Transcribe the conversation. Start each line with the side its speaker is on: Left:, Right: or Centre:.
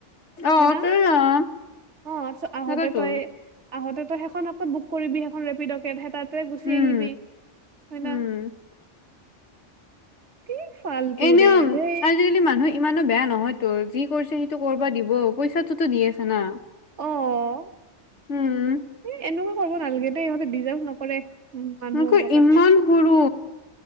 Left: অ
Right: হয় না,
Left: তই ৰাম,
Right: অ', <unintelligible> আহোঁতে
Left: তাকেতো
Right: তই আহোঁতে তই সেইখনকে বুক কৰিবি, সেইখন ৰেপিডকে সেই তাতে গুচি
Left: উম
Right: আহিবি। হয়
Left: উম
Right: না? কি ফাল্টু
Left: এনেও
Right: ৰে দেই
Left: আজিকালি মানুহ ইমানো বেয়া নহয় তো, যি কৰিছে সেইটো কৰিবা দিব, পইচাটোতো দি আছে না।
Right: অ
Left: উম।
Right: এ, এনেকুৱা কৰিব নালাগে দেই ইহঁতে ডিজাৰ্ভ নকৰে। উম মানুহ
Left: তাকো
Right: হ'বৰ কাৰণে।
Left: ইমান সৰু।